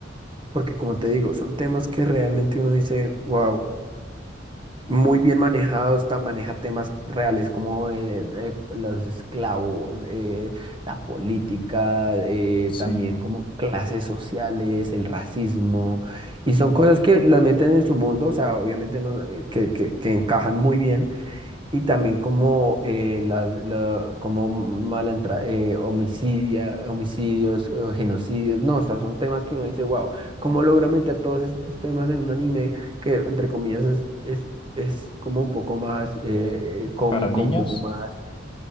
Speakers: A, on the right; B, on the left.
A: porque como te digo, son temas que realmente uno dice, wow. muy bien manejado, está, maneja temas reales como eh, eh, los esclavos, eh, la política, eh,
B: Sí.
A: también como clases sociales, el racismo, y son cosas que las meten en su mundo, o sea, obviamente no, eh, que, que, que encajan muy bien, y también como, eh, la, la- como malantra, eh, homicidia, homicidios, eh, genocidios. No, o sea, son temas que uno dice, wow, ¿cómo logra meter todos estos temas en un anime que, entre comillas, es, es, es como un poco más eh, eh, cómico,
B: ¿Para niños?
A: un poco más...